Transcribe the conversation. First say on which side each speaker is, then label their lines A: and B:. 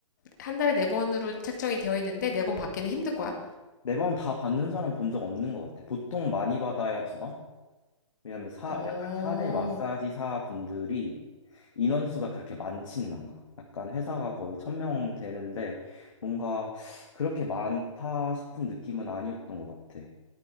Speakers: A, on the left; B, on the left.
A: 한 달에 네 번으로 책정이 되어 있는데 네 번 받기는 힘든 거야?
B: 네 번 다 받는 사람 본 적 없는 것 같아. 보통 많이 받아야 두 번? 왜냐면 사,
A: 어,
B: 약간 사내 마사지사 분들이 인원수가 그렇게 많진 않아. 약간 회사가 거의 천명 되는데 뭔가 그렇게 많다 싶은 느낌은 아니었던 것 같아.